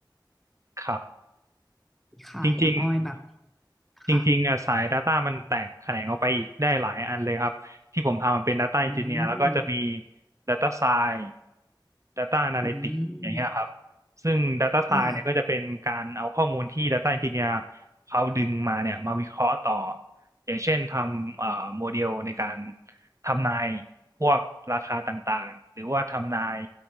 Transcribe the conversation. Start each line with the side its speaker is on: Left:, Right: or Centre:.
Right: ครับ
Centre: ค่ะอย่างออยแบบ
Right: จริง จริงๆอ่ะสาย
Centre: ค่ะ
Right: Data มันแตกแขนงออกไปอีกได้หลายอันเลยครับที่ผมทำมันเป็น Data Engineer
Centre: อื
Right: แล้วก็จะมี
Centre: ม
Right: Data Science Data Analytics
Centre: อืม
Right: อย่างเงี้ยครับซึ่ง Data
Centre: ค่ะ
Right: Science เนี่ยก็จะเป็นการเอาข้อมูลที่ Data Engineer เขาดึงมาเนี่ยมาวิเคราะห์ต่ออย่างเช่นทำเอ่อโมเดลในการทำนายพวกราคาต่างๆหรือว่าทำนาย